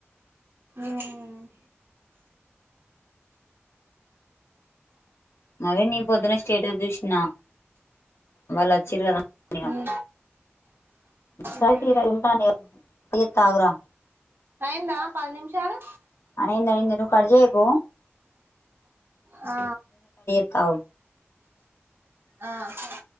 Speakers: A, on the right; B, on the left.
A: ఉమ్
B: అదే నీ పొద్దున స్టేటస్ చూస్నా వాళ్ళు వచిన్ర్ గదా ఇగ
A: ఉమ్
B: సరే
A: ఉమ్
B: తియ్ వెళ్తా ని గా ఎ తాగురా
A: అయిందా పది నిమిషాలు
B: అయింది అయింది నువు కడ్ జేయకు
A: ఆ
B: ఔ
A: ఆ సరే